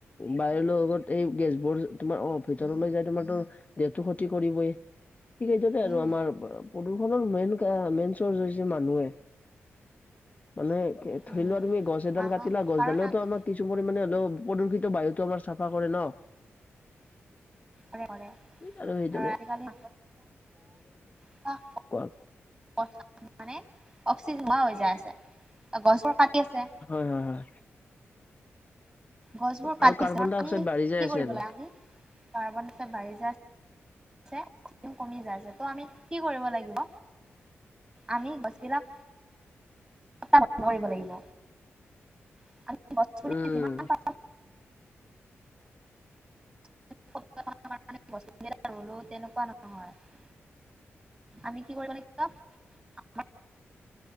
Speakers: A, on the left; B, on the right.
A: বায়ুৰ লগত এই গেছবোৰ তোমাৰ অ' ভিতৰলৈ যাই তোমাৰ তো দেহটো ক্ষতি কৰিবই। সেইটোতে আৰু
B: উম,
A: আমাৰ আ, প্ৰদূষণৰ মেইন - মেইন চৰ্চ হৈছে মানুহে। মানে
B: উম
A: ধৰি লোৱা তুমি গছ এডাল
B: মানুহ
A: কাটিলা গছডালেওটো
B: কাৰণ আমি
A: আমাৰ কিছু পৰিমাণে হ'লেও প্ৰদূষিত বায়ুটো আমাৰ চাফা কৰে ন'।
B: কৰে - কৰে,
A: ঠিক সেইদৰে
B: আৰু আজিকালি <unintelligible>
A: কোৱা
B: মানে অক্সিজেন নোহোৱা হৈ যায় আছে গছবোৰ কাটি আছে।
A: হয় - হয় - হয়
B: গছবোৰ কাতিছে
A: আৰু কাৰ্বন
B: আমি
A: ডাই অক্সাইড
B: কি
A: বাঢ়ি যাই আছে
B: কৰিব
A: আৰু
B: লাগে আমি, কাৰ্বনঅক্সাইড বাঢ়ি যায় ছে কমি যায় আছে ত' আমি কি কৰিব লাগিব? আমি গছবিলাক <unintelligible> লাগিব <unintelligible>
A: উম,
B: যিমান পাৰোঁ <unintelligible> ৰুলো তেনেকুৱা হয় আমি কি কৰিব লাগিব?